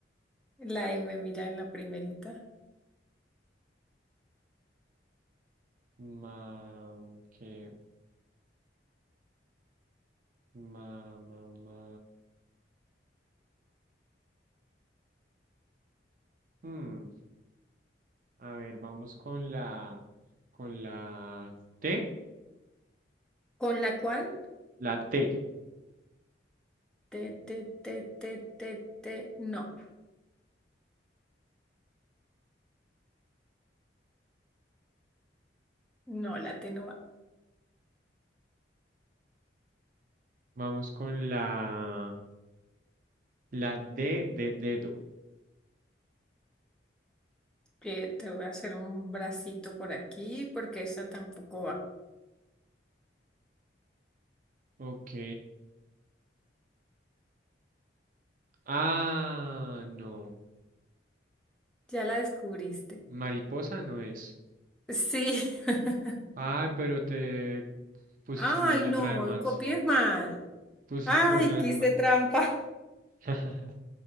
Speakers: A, in the centre; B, on the right.
A: La M, mira en la primerita.
B: ma, qué ma, ma, ma. Hmm. A ver, vamos con la, con la T,
A: Con la cual,
B: la T.
A: te, te, te, te, te, te, no. No, la T no va.
B: Vamos con la, la D de dedo.
A: Eh, te voy a hacer un bracito por aquí porque esa tampoco va.
B: Ok. Ah, no.
A: Ya la descubriste.
B: Mariposa no es.
A: Sí. <laughs>
B: Ah, pero te pusiste
A: Ay,
B: una letra
A: no,
B: de más.
A: copié mal.
B: <laughs> Pusiste
A: Ay,
B: una
A: quise
B: de más.
A: trampa. <laughs>
B: <laughs>